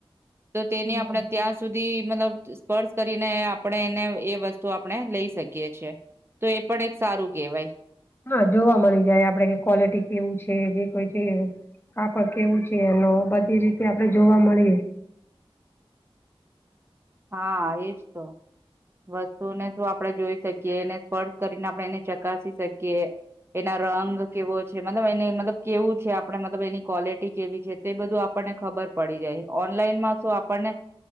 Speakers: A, on the right; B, on the left.
A: તો તેની
B: મળે.
A: આપડે ત્યાં સૂધી મતલબ સ્પર્શ કરીને આપણે એને એ વસ્તુ આપણે લઈ શકીએ છીએ. તો એ પણ એક સારું કેહેવાય.
B: હા જોવા મળી જાય આપડે કે ક્વોલિટી કેવી છે જે કોઈ છે કાપડ કેવું છે અને બધી રીતે આપડે જોવા મલીએ.
A: હા, એજ તો વસ્તુને આપણે જોઈ શકીએ, એને સ્પર્શ કરીને આપણે એને ચકાસી શકીએ. એના રંગ કેવો છે. મતલબ એને મતલબ કેવું છે આપણે મતલબ એની ક્વોલિટી કેવી છે તે બધું આપણને ખબર પડી જાય. ઓનલાઈનમાં શું આપણને